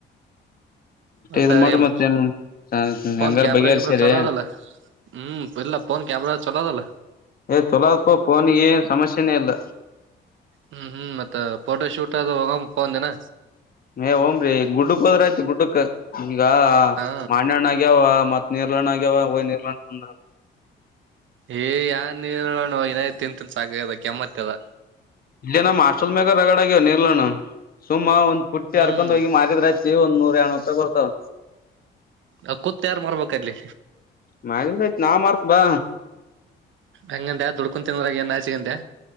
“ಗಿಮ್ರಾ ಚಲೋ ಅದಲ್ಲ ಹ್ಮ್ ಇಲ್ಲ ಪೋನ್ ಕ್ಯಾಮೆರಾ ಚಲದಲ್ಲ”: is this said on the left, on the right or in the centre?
Right